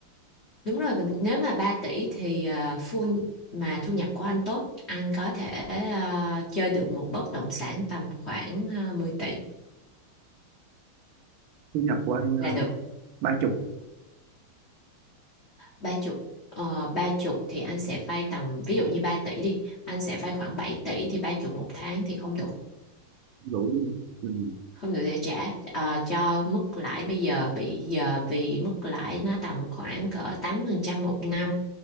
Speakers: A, on the left (about 75°); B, on the right (about 75°).
A: đúng rồi mình nếu mà 3 tỷ thì ờ, full mà thu nhập của anh tốt anh có thể ờ, chơi được một bất động sản tầm khoảng ờ, 10 tỷ
B: thu nhập của anh
A: là
B: ờ,
A: được
B: ba chục
A: ba chục ờ, ba chục thì anh sẽ vay tầm ví dụ như 3 tỷ đi anh sẽ vay khoảng bảy tỷ thì ba chục một tháng thì không đủ
B: đủ đúng không ừ.
A: không đủ để trả ờ, cho mức lãi bây giờ bây giờ vì mức lãi nó tầm khoảng cỡ 8% một năm